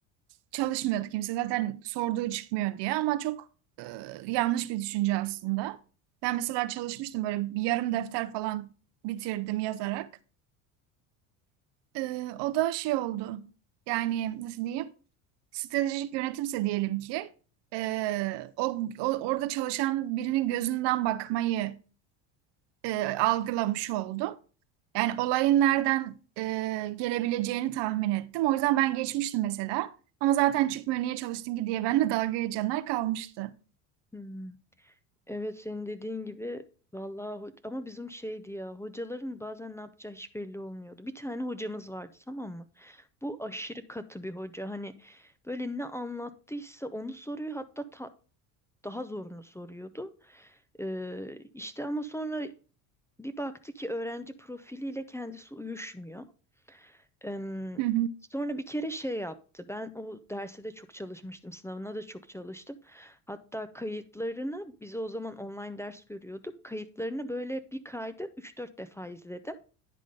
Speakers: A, on the right; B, in the centre.
A: çalışmıyordu kimse zaten sorduğu çıkmıyor diye ama çok e, yanlış bir düşünce aslında. Ben mesela çalışmıştım böyle bir yarım defter falan bitirdim yazarak. E, o da şey oldu yani nasıl diyeyim stratejik yönetimse diyelim ki e, o, o- orada çalışan birinin gözünden bakmayı e, algılamış oldum. Yani olayın nereden e, gelebileceğini tahmin ettim. O yüzden ben geçmiştim mesela. Ama zaten çıkmıyor niye çalıştın ki diye benimle dalga geçenler kalmıştı.
B: Hmm. Evet senin dediğin gibi vallahi ho- ama bizim şeydi ya hocaların bazen ne yapacağı hiç belli olmuyordu. Bir tane hocamız vardı tamam mı? Bu aşırı katı bir hoca. Hani böyle ne anlattıysa onu soruyor hatta ta- daha zorunu soruyordu. Ee, işte ama sonra bir baktı ki öğrenci profiliyle kendisi uyuşmuyor. Em,
A: Hı hı.
B: sonra bir kere şey yaptı. Ben o derse de çok çalışmıştım, sınavına da çok çalıştım. Hatta kayıtlarını, biz o zaman online ders görüyorduk. Kayıtlarını böyle bir kayda üç dört defa izledim.